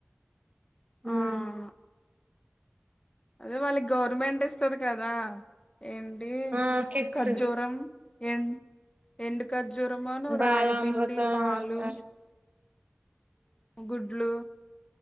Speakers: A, on the left; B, on the right.
A: ఆ
B: ఉమ్
A: అవును అదే వాళ్ళకి గవ్ర్మెంట్ ఇస్తది కదా ఏంటి
B: ఆ కిడ్స్
A: ఖజ్జురం ఎన్ ఎండు ఖజ్జూరమును
B: బాలామృతం
A: రాగిపిండి పాలు
B: ఆ,
A: గుడ్లు